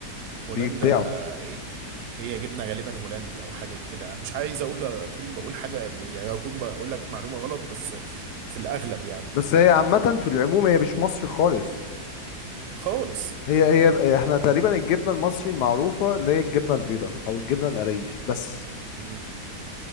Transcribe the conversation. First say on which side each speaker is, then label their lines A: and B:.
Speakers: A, on the right; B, on the left.
A: هولندا
B: بيبدعوا
A: يعني هي جبنه غالبا هولندي او حاجه كده مش عايز اقول اكون بقول حاجه يعني اكون بقول لك معلومه غلط بس في الاغلب يعني
B: بس هي عامة في العموم هي مش مصري خالص
A: خالص
B: هي هي هي احنا تقريبا الجبنة المصري المعروفة اللي هي الجبنة البيضاء أو الجبنة القريش بس
A: مم.